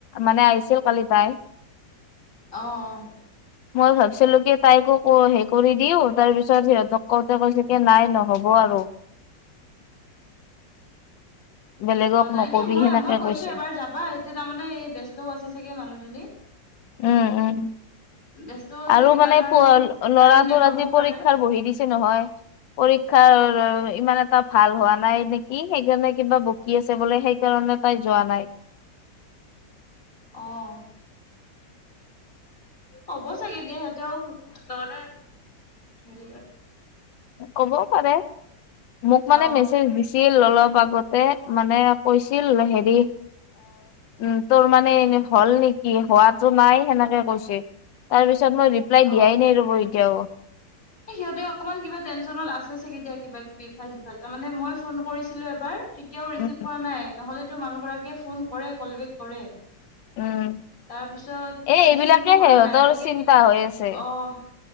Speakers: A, on the left (about 80°); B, on the left (about 45°).
A: মানে আহিছে। কালি তাই।
B: অ', অ'।
A: মই ভাবিছিলো কি তাইকো হে কৰি দিওঁ। তাৰ পিছত সিহঁতক কওঁতে কৈছে কি নাই নহ'ব আৰু।
B: <unintelligible>
A: বেলেগক
B: অ', নাই
A: নকবি
B: দিয়া মই
A: সেনেকে
B: মই গৈছো
A: কৈছে
B: এবাৰ যাবা এতিয়া তাৰমানে এই ব্যস্তও আছে চাগে মানুহজনী।
A: উ'ম, উ'ম।
B: ব্যস্তও আছে
A: আৰু
B: কিবা
A: মানে
B: কাৰণত
A: প ল'ৰাটোৰ
B: টাইম নোপাবও
A: আজি
B: পাৰে
A: পৰীক্ষাৰ বহি দিছে নহয়। পৰী পৰীক্ষা ইমান এটা ভাল হোৱা নাই নেকি? সেইকাৰণে কিবা বকি আছে বোলে সেইকাৰণে তাই যোৱা নাই।
B: অ'। কব চাগে দিয়া সিহতেও তমানে হ
A: ক'বও পাৰে মোক মানে
B: অ',
A: মেছেজ দিছিল, অলপ আগত তে মানে কৈছিল হেৰি এ! উ'ম তোৰ মানে হল নেকি হোৱাতটো নাই? সেনেকে কৈছে তাৰ পিছত তাৰ পিছত ৰিপ্লাই
B: অ',
A: দিয়াই নাই ৰব এতিয়াও।
B: সিহঁতে অকমান কিবা টেনশচনত আছে চাগে দিয়া। কিবা- কিবি ইফাল, সিফাল তাৰ মানে মই ফোন কৰিছিলো এবাৰ। কেতিয়াও ৰিচিভ
A: উম
B: কৰা নাই নহ'লেতো, মানুহগৰাকীয়ে ফোন কৰে কলবেক কৰে।
A: উম
B: তাৰপিছত
A: এ
B: আজি
A: এইবিলাকে
B: দেখোন কৰা
A: সিহঁতৰ
B: নাই চাগে
A: চিন্তা
B: কিবা
A: হৈ আছে
B: অ'হ।